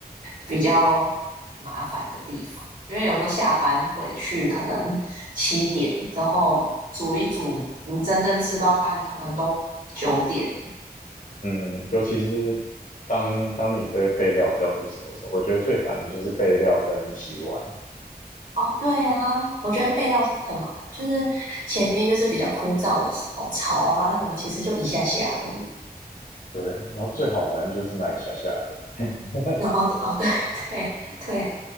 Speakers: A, on the right (about 55°); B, on the left (about 55°).
A: 比较麻烦的地方。因为有时候下班回去可能七点，然后煮一煮，你真正吃到饭可能都九点。
B: 嗯，尤其是当当你对备料比较不熟的时候，我觉得最烦的就是备料跟洗碗。
A: 哦，对啊，我觉得备料是很麻烦，就是前面就是比较枯燥的时候，炒啊什么，其实就一下下而已。
B: 对，然后最好玩的就是那一下下而已 <laughs>
A: 那哦哦，对 <laughs> 对对，